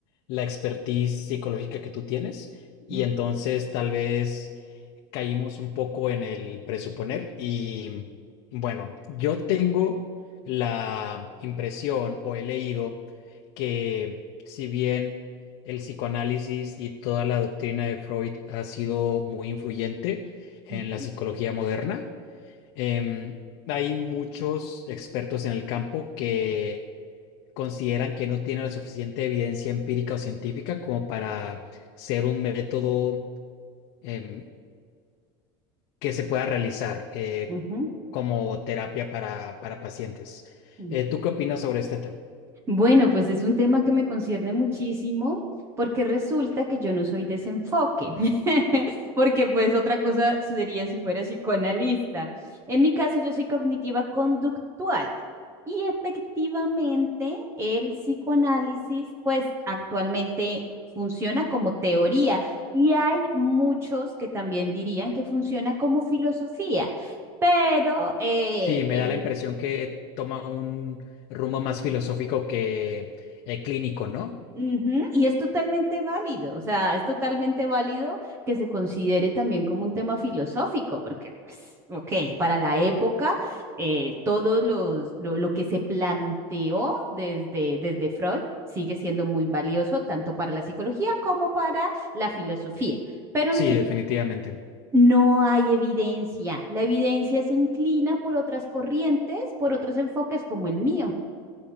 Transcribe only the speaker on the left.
la expertise psicológica que tú tienes y
entonces tal vez caímos un poco en el presuponer y bueno, yo tengo la impresión o he leído que si bien el psicoanálisis y toda la doctrina de Freud ha sido muy influyente en
la psicología moderna, em, hay muchos expertos en el campo que consideran que no tiene la suficiente evidencia empírica o científica como para ser un método em, que se pueda realizar eh,
como terapia para, para pacientes.
Eh, ¿tú qué opinas sobre este tema?
Sí, me
da la impresión que toma un rumbo más filosófico que eh, clínico, ¿no?
Sí,
definitivamente.